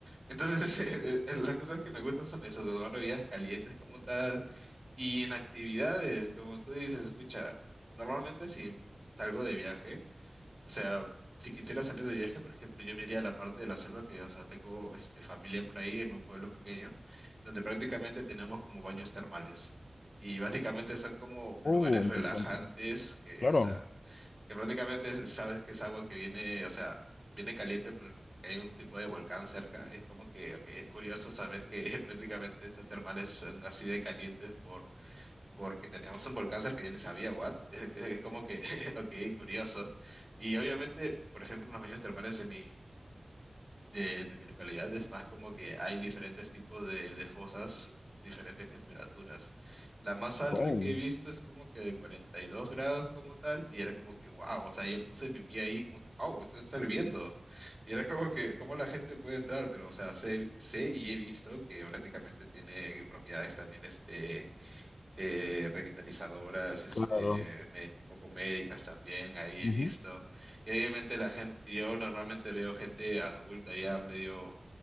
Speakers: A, on the right (about 25°); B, on the left (about 75°).
A: Entonces, <laughs> eh, eh, las cosas que me gustan son esas, las bebidas calientes como tal, y en actividades, como tú dices, escucha, normalmente si salgo de viaje, o sea, si quisiera salir de viaje, por ejemplo, yo me iría a la parte de la selva que, o sea, tengo este, familia por ahí en un pueblo pequeño, donde prácticamente tenemos como baños termales. Y básicamente son como lugares
B: Oh, interesante.
A: relajantes que,
B: Claro.
A: o sea, que prácticamente es- sabes que es agua que viene, o sea, viene caliente por porque hay un tipo de volcán cerca. Es como que, ok, es curioso saber que <laughs> prácticamente estas termales son así de calientes por porque tenemos un volcán cerca, yo ni sabía, what? <laughs> Es, como que, <laughs> ok, curioso. Y obviamente, por ejemplo, en los baños termales de mi, de, de mi localidad es más como que hay diferentes tipos de, de fosas, diferentes temperaturas. La más alta
B: Oh,
A: que he visto es como que de 42 grados como tal, y era como que, wow, o sea, yo puse mi pie ahí como, wow, esto está hirviendo. Y era como que, ¿cómo la gente puede entrar? Pero, o sea, sé, sé y he visto que prácticamente tiene propiedades también, este eh, revitalizadoras, este,
B: claro.
A: me- un poco médicas también, ahí he
B: Ujú.
A: visto. Y obviamente la gente, yo normalmente veo gente adulta ya medio,